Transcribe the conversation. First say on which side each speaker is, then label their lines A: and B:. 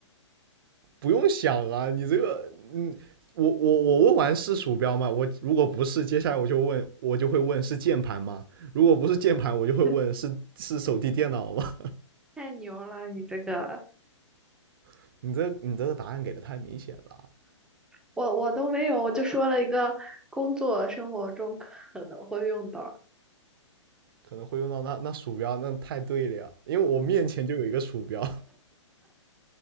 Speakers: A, on the right; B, in the centre.
A: 不用想啊，你这个，嗯，我我我问完是鼠标吗？我如果不是，接下来我就问，我就会问是键盘吗？如果不是键盘，我就会问是
B: <laughs>
A: <laughs> 是手提电脑吗？
B: 太牛了，你这个，
A: <laughs> 你这你这个答案给的太明显了，
B: 我我都没有，我就说了一个工作生活中可能会用到。
A: 可能会用到那那鼠标，那太对了呀，因为我面前就有一个鼠标，